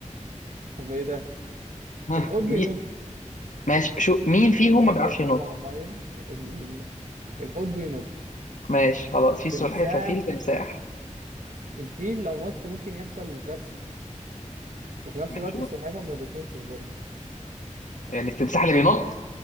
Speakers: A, on the right; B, on the left.
A: طب ايه ده
B: ها
A: الحوت بينط
B: مين ماشي شو مين
A: بينط
B: فيهم ما بيعرفش
A: يطلع
B: ينط
A: ميه ال... الحوت بينط
B: ماشي خلاص في سلحفة
A: تمساح
B: فيل تمساح
A: الفيل لو نط ممكن يحصل كارثه وفي نفس
B: ماشي
A: الوقت
B: شوف.
A: السلحفاه ما بتنطش برضه
B: يعني التمساح اللي بينط